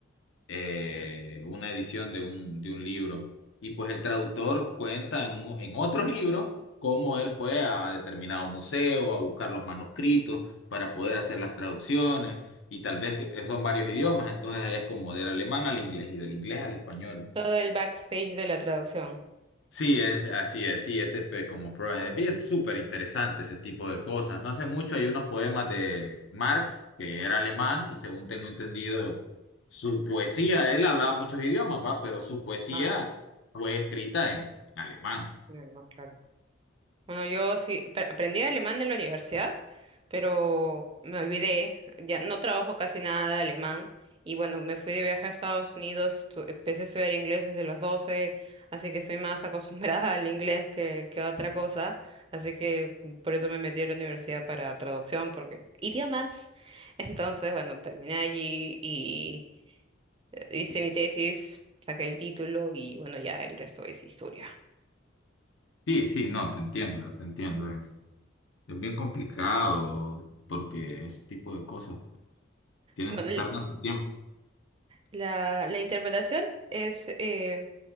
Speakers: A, on the left; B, on the right.
A: eh, una edición de un, de un libro. Y pues el traductor cuenta en, u- en otros libros cómo él fue a determinado museo a buscar los manuscritos para poder hacer las traducciones. Y tal vez eh, son varios idiomas, entonces es como del alemán al inglés y del inglés al español.
B: Todo el backstage de la traducción.
A: Sí, es, así es, sí, ese pe- como problema. Es súper interesante ese tipo de cosas. No hace mucho hay unos poemas de Marx, que era alemán, y según tengo entendido, su poesía, él hablaba muchos idiomas, ¿va? Pero su poesía
B: Ah,
A: fue escrita en, en alemán.
B: no, no, claro. Bueno, yo sí pre- aprendí alemán en la universidad, pero me olvidé, ya no trabajo casi nada de alemán y bueno, me fui de viaje a Estados Unidos, tu- empecé a estudiar inglés desde los 12, así que estoy más acostumbrada <laughs> al inglés que, que a otra cosa, así que por eso me metí a la universidad para traducción, porque idiomas. <laughs> Entonces, bueno, terminé allí y eh, hice mi tesis, saqué el título y bueno, ya el resto es historia.
A: Sí, sí, no, te entiendo, te entiendo. Es, es bien complicado porque ese tipo de cosas tienen,
B: Bueno,
A: tardan su tiempo.
B: La, la interpretación es eh,